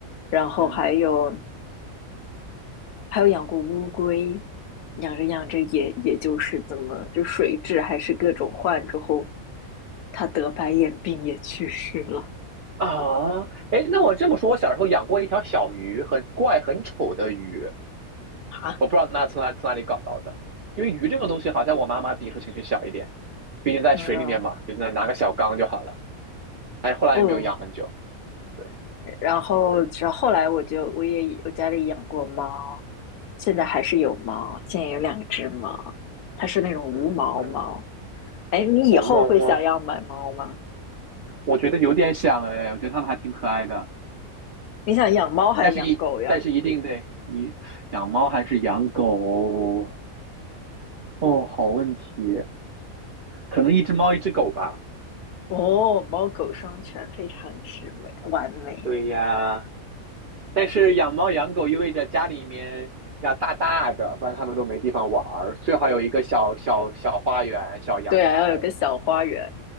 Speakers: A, on the left; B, on the right.
A: 然后还有
B: 嗯。
A: 还有养过乌龟，养着养着也也就是怎么，就水质还是各种换之后，它得白眼病也去世了
B: 啊，哎，那我这么说，我小时候养过一条小鱼，很怪、很丑的鱼，
A: 啊。
B: 我不知道那从哪从哪里搞到的，因为鱼这个东西好像我妈妈抵触情绪小一点，毕竟在水里面嘛，
A: 嗯
B: 就那拿个小缸就好了。但是后来也没有养很久。
A: 嗯，
B: 对，
A: 然后然后后来我就我也我家里养过猫，现在还是有猫，现在有两只猫，它是那种无毛猫。
B: 嗯嗯，
A: 哎，你以后会想要买猫吗？
B: 我猫猫，我觉得有点想哎，我觉得它们还挺可爱的，
A: 你想养猫还是养狗呀？
B: 但是一但是一定得你养猫还是养狗哦，好问题，可能一只猫一只狗吧。
A: 哦，猫狗双全，非常之美，完美。
B: 对呀，但是养猫养狗意味着家里面要大大的，不然它们都没地方玩儿。最好有一个小小小花园、小阳台。
A: 对啊，要有个小花园，